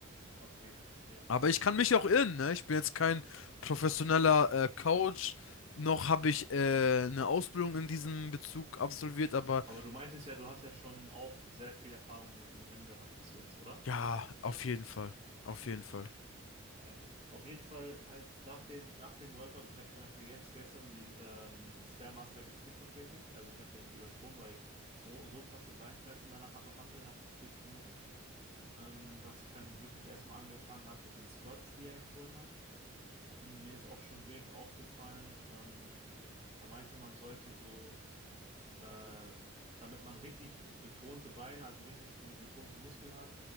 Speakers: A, on the right (about 30°); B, on the left (about 70°).
A: Okay, ich verstehe.
B: Aber ich kann mich auch irren, ne? Ich bin jetzt kein professioneller äh, Coach, noch habe ich äh, eine Ausbildung in diesem Bezug absolviert, aber
A: Aber du meintest ja, du hast ja schon auch sehr viel Erfahrung mit dem Gym gehabt bis jetzt, oder?
B: ja, auf jeden Fall. Auf jeden Fall.
A: Ja, auf jeden Fall halt nach dem, nach dem Workout, ich habe zum Beispiel jetzt gestern die, ähm, den Stairmaster geskippt tatsächlich. Also ich habe den übersprungen, weil ich so, so krasse Beinschmerzen danach hat- noch hatte, nach 40 Minuten, ähm, dass ich dann wirklich erstmal angefangen habe mit den Squats, die er empfohlen hat. Und mir ist auch schon direkt aufgefallen, ähm, er meinte, man sollte so, äh, damit man richtig betonte Beine, also richtig getonte Muskeln hat,